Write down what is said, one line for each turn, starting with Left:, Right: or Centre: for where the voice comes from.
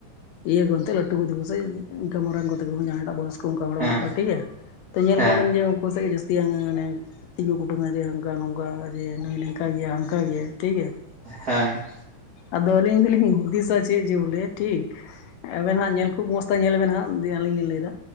Left: ᱤᱭᱟᱹ ᱠᱚ ᱮᱱᱛᱮ ᱞᱟᱹᱴᱩ ᱠᱚᱛᱮ ᱠᱚ ᱥᱮ ᱤᱱ ᱢᱟᱨᱟᱝ ᱠᱚᱛᱮ ᱠᱚ ᱡᱟᱦᱟᱸᱭ ᱴᱟᱜ ᱵᱚᱭ ᱚᱱᱠᱟ ᱦᱚᱲ
Right: ᱦᱮᱸ
Left: ᱢᱮᱱᱟᱜ ᱠᱚᱣᱟ ᱴᱷᱤᱠ ᱜᱮᱭᱟ ᱛᱚ ᱧᱮᱞ
Right: ᱦᱮᱸ
Left: ᱠᱚᱵᱮᱱ ᱡᱮ ᱩᱱᱠᱩ ᱥᱮᱡ ᱜᱮ ᱡᱟᱹᱥᱛᱤ ᱛᱤ ᱠᱩ ᱠᱩᱴᱩᱝᱟ ᱡᱮ ᱱᱚᱝᱠᱟ ᱡᱮ ᱱᱩᱭ ᱱᱝᱠᱟ ᱜᱮᱭᱟ ᱦᱟᱱᱠᱟ ᱜᱮᱭᱟ ᱴᱷᱤᱠ ᱜᱮᱭᱟ ᱾
Right: ᱦᱮᱸ᱾
Left: ᱟᱫᱚ ᱟᱹᱞᱤᱧ ᱫᱚᱞᱤᱧ ᱦᱩᱫᱤᱥᱟ ᱪᱮᱫ ᱡᱮ ᱵᱚᱞᱮ ᱴᱷᱤᱠ ᱟᱵᱮᱱ ᱦᱟᱸᱜ ᱧᱮᱞ ᱠᱷᱩᱵ ᱢᱚᱸᱡᱽ ᱛᱮ ᱧᱮᱞ ᱵᱮᱱ ᱦᱟᱸᱜ ᱟᱞᱤᱧ ᱞᱤᱧ ᱞᱟᱹᱭ ᱮᱫᱟ